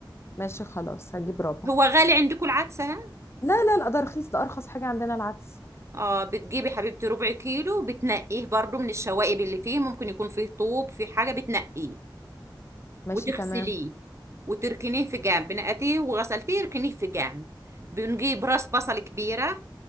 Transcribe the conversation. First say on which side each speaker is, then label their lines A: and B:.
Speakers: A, on the left; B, on the right.
A: ماشي خلاص هجيب ربع
B: هو غالي عندكم العدس ها
A: لا لا لا ده رخيص ده ارخص حاجة عندنا العدس
B: اه بتجيبي حبيبتي ربع كيلو بتنقيه برضو من الشوائب اللي فيه ممكن يكون فيه طوب في حاجه بتنقيه
A: ماشي
B: وتغسليه
A: تمام
B: وتركنيه في جنب نقعتيه وغسلتيه ركنيه في جنب بنجيب راس بصل كبيرة